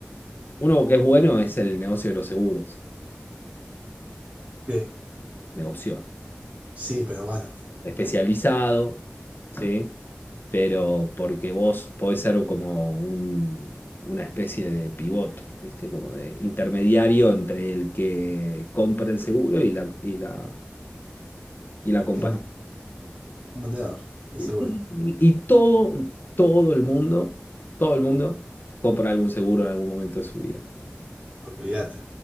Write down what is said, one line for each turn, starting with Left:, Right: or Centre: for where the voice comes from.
Left: Uno que es bueno es el negocio de los seguros.
Right: Sí.
Left: Negocio.
Right: Sí, pero bueno.
Left: especializado, ¿sí? Pero porque vos podés ser como un- una especie de pivot, ¿viste? Como de intermediario entre el que compra el seguro y la, y la, y la compañía.
Right: Sí, un, un vendedor, de
Left: Sí,
Right: seguro.
Left: Y, y todo, todo el mundo, todo el mundo compra algún seguro en algún momento de su vida.
Right: Olvídate,